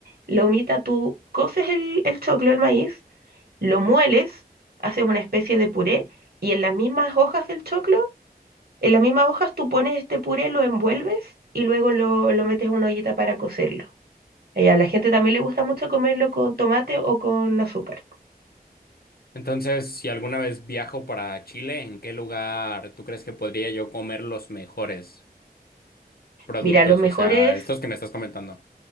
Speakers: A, on the right (about 70°); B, on the left (about 70°).
A: La humita, tú coces el, el choclo, el maíz, lo mueles, haces una especie de puré y en las mismas hojas del choclo, en las mismas hojas tú pones este puré, lo envuelves y luego lo, lo metes en una ollita para cocerlo. Y a la gente también le gusta mucho comerlo con tomate o con azúcar.
B: Entonces, si alguna vez viajo para Chile, ¿en qué lugar tú crees que podría yo comer los mejores productos?
A: Mira, los mejores
B: O sea, estos que me estás comentando.